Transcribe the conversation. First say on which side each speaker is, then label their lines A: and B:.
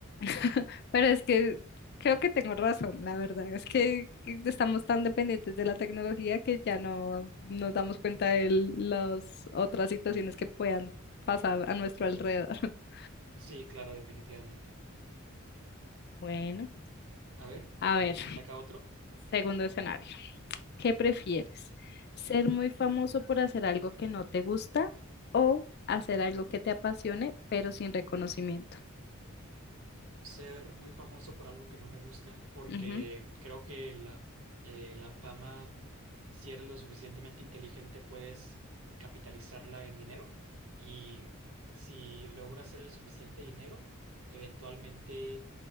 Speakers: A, on the left; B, on the right.
A: <laughs> Pero es que creo que tengo razón, la verdad. Es que estamos tan dependientes de la tecnología que ya no nos damos cuenta de las otras situaciones que puedan pasar a nuestro alrededor. <laughs>
B: Sí, claro, definitivamente.
A: Bueno,
B: A ver, eh,
A: a ver,
B: saca otro.
A: segundo escenario. ¿Qué prefieres? ¿Ser muy famoso por hacer algo que no te gusta o hacer algo que te apasione pero sin reconocimiento?
B: Ser muy famoso por algo que no me gusta, porque
A: Ujú.
B: creo que la, eh, la fama, si eres lo suficientemente inteligente, puedes capitalizarla en dinero. Y si logro hacer el suficiente dinero, eventualmente